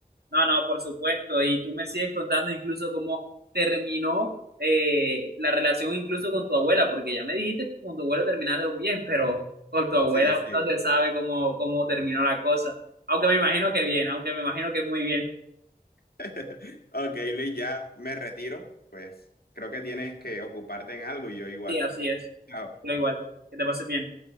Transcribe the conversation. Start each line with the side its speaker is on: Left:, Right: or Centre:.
Right: No, no, por supuesto. Y tú me sigues contando incluso cómo terminó eh, la relación incluso con tu abuela, porque ya me dijiste que con tu abuela terminaron bien, pero con tu abuela
Left: Sí, sí.
Right: no se sabe cómo, cómo terminó la cosa. Aunque me imagino que bien, aunque me imagino que muy bien.
Left: <laughs> Ok, Luis, ya me retiro. Pues creo que tienes que ocuparte en algo y yo igual.
Right: Sí, así es.
Left: Chao.
Right: Yo igual. Que te pases bien.